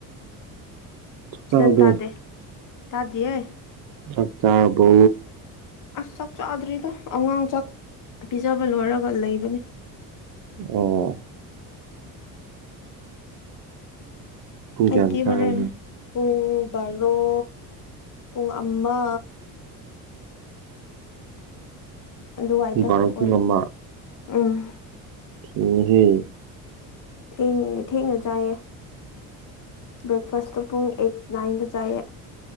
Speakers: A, on the left; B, on the right.
A: ꯏꯁꯇꯟ
B: ꯆꯥꯛꯗꯣ
A: ꯇꯥꯗꯦ ꯇꯥꯗꯤꯌꯦ
B: ꯆꯥꯛ ꯆꯔꯕꯣ
A: ꯑꯁ ꯆꯥꯛ ꯆꯥꯗ꯭ꯔꯤꯗ ꯑꯉꯥꯡ ꯆꯥꯛ ꯄꯤꯖꯕ ꯂꯣꯏꯔꯒ ꯂꯩꯕꯅꯦ꯫
B: ꯑꯣ ꯄꯨꯡ
A: ꯑꯩꯗꯤ
B: ꯀꯌꯥꯗ ꯆꯥꯒꯅꯤ
A: ꯍꯣꯔꯦꯟ ꯄꯨꯡ ꯕꯥꯔꯣ ꯄꯨꯡ ꯑꯃ ꯑꯗꯨꯋꯥꯏꯗ
B: ꯄꯨꯡ ꯕꯥꯔꯣ
A: ꯑꯣꯏꯕꯅꯦ
B: ꯄꯨꯡ ꯑꯃ
A: ꯎꯝ
B: <unintelligible> ꯍꯦ
A: ꯊꯦꯡ ꯊꯦꯡꯅ ꯆꯥꯏꯌꯦ ꯕ꯭ꯔꯦꯛꯐꯥꯁꯇꯣ ꯄꯨꯡ ꯑꯩꯠ ꯅꯥꯏꯟꯗ ꯆꯥꯏꯌꯦ꯫